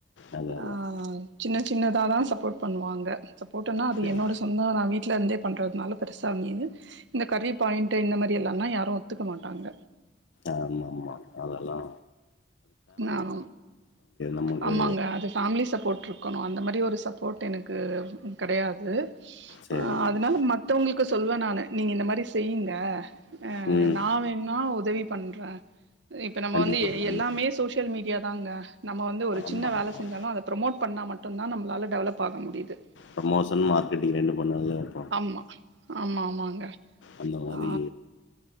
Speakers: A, on the left; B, on the right.
A: அதான் அதான்.
B: ஆ சின்ன சின்னதா தா சப்போர்ட் பண்ணுவாங்க சப்போர்ட்டுன்னா அது
A: சரி.
B: என்னோட சொந்தோ நா வீட்ல இந்தே பண்றதுனால பெருசா அமயிது இந்த கறி பாயிண்டு இந்த மாரி எல்லான யாரு ஒத்துக்கமாட்டாங்க
A: ஆம்ஆம்மா அதெல்லா
B: நானு
A: நமக்கு
B: ஆமாங்க அது ஃபேமிலி சப்போர்ட்ருக் கொனோ அந்த மாரி ஒரு சப்போ்ட் எனக்கு கடையாது
A: சரிங்கம்மா.
B: ஆ அதனால மத் மத்தவுங்ளுக்கு சொல்வ நானு நீங்க இந்த மாரி செய்ங்க அ
A: ம்
B: நா வேண் ணா உதவி பண்ற இப்ப நம்ப
A: கண்டிப்பா
B: வந்து
A: ஆமா
B: எல்லாமே சோசியல் மீடியா தாங்க நம்ம வந்து ஒரு
A: ஆமா
B: சின்ன
A: ஆமா
B: வேல செஞ்சாலு அத ப்ரமோட் பண்ணா மட்டுந்தா நம்ளால டெவலப் ஆக முடிது
A: ப்ரோமோஷன் மார்கெட்டிங் ரெண்டு பண்ணால போ
B: ஆமா ஆமா ஆமாங்க
A: அந்த மாரி
B: ஆ